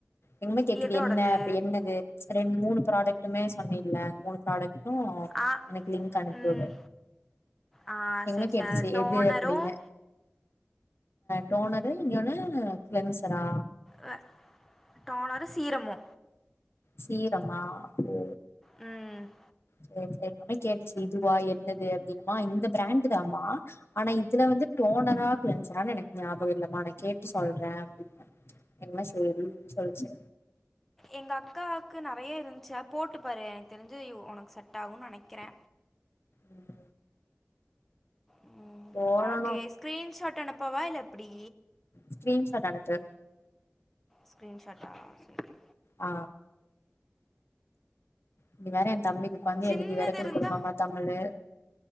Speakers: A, on the left; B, in the centre.
A: எங் அம்மா கேக்குது
B: எதோடது
A: என்ன அப்டி என்னது ரெண்டு மூணு ப்ராடக்டுமே சொன்னில மூணு ப்ராடக்ட்டு
B: ஆ
A: எனக்கு லிங்க் அனுப்பி
B: ம்
A: வுடு
B: ஆ
A: எங்
B: சரி
A: அம்மா கேட்டுச்சு
B: சரி டோனரும்
A: எது அப்டின்னு டோனரு இன்ணோனு கிளன்சரா
B: வ டோனரு சீரமு
A: சீரமா ஓ
B: ம்
A: சேரி சேரி எங் அம்மா கேட்டுச்சு இதுவா என்னது அப்டின்னு மா இந்த பிராண்ட் தாமா ஆனா இதுல வந்து டோனரா க்ளன்சரானு எனக்கு ஞாபகம் இல்லமா நா கேட்டு சொல்றே அப்டினே எங்ளா சேரி அப்டி சொல்லிச்சு
B: எங்க அக்காவுக்கு நெறைய இருந்துச்சு போட்டு பாரு எனக்கு தெரிஞ்சு ஒனக்கு செட் ஆகுனு நெனைக்கிறே
A: ம்
B: ம்
A: போடணு
B: ஒனக்கு ஸ்கிரீன்ஷாட் அனுப்பவா இல்ல எப்டி
A: ஸ்கிரீன் ஷாட் அனுப்பு
B: ஸ்கிரீன் ஷாட்டா சேரி
A: ஆ இனி வேற என் தம்பிக்கு உக்காந்து
B: சின்னது
A: எழுதி வேற குடுக்கணு
B: இருந்தா
A: மாமா தமிழு